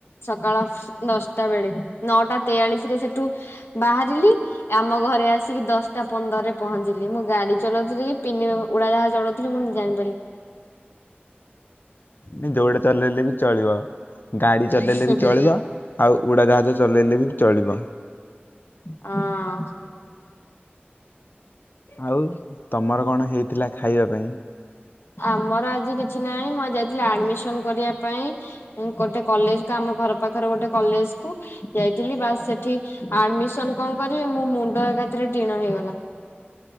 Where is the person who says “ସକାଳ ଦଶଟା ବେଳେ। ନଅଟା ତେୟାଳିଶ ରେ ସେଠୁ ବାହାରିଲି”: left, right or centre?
Left